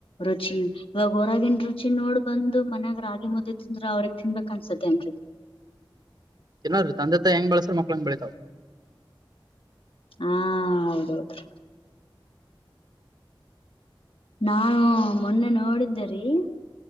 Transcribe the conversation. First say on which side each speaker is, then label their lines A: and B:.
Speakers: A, on the left; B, on the right.
A: ರುಚಿ ಇವಾಗ ಹೊರಗನ್ ರುಚಿ ನೋಡ್ ಬ್ ಮನ್ಯಾಗ ರಾಗಿ ಮುದ್ದೆ ತಿಂದ್ರ ಅವ್ರಗ್ ತಿನ್ಬೇಕಕ್ ಅನ್ಸತ್ತೇನ್ರೀ
B: ಚನ್ನ್ರೀ ತಂದೆತ್ತ ಹೆಂಗ್ ಬೆಳಸ್ರ ಮಕ್ಳಂಗ ಬೆಳಿತಾವ
A: ಹಾ ಹೌದೌದು ನಾನು ಮೊನ್ನೆ ನೋಡಿದ್ದೇ ರಿ